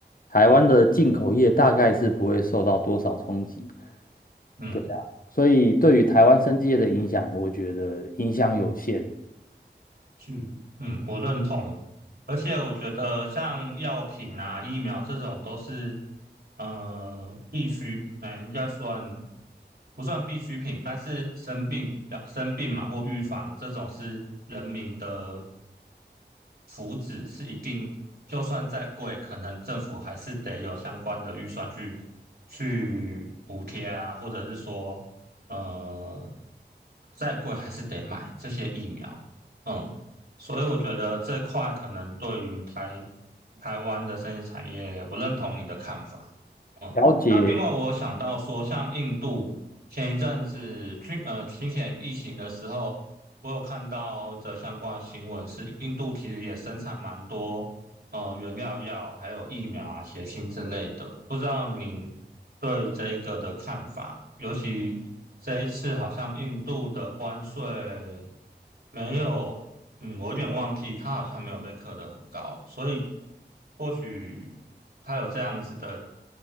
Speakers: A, on the left (about 50°); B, on the right (about 60°).
A: 台湾的进口业大概是不会受到多少冲击。
B: 嗯
A: 对啊，所以对于台湾生技业的影响，我觉得影响有限。
B: 嗯嗯，我认同而且我觉得像药品啊、疫苗这种都是呃必需，嗯、应该算不算必需品？但是生病、要生病嘛或预防这种是人民的福祉，是一定，就算再贵，可能政府还是得有相关的预算去去补贴啊，或者是说呃再贵还是得买这些疫苗，嗯。所以我觉得这块可能对于台台湾的生意产业，我认同你的看法。嗯，
A: 了解
B: 那另外我想到说，像印度前一阵子去呃之前疫情的时候，我有看到的相关新闻是，印度其实也生产蛮多呃原料药，还有疫苗啊、血清之类的。不知道您对这一个的看法，尤其这一次好像印度的关税没有，嗯，我有点忘记，它好像没有被课得很高，所以或许它有这样子的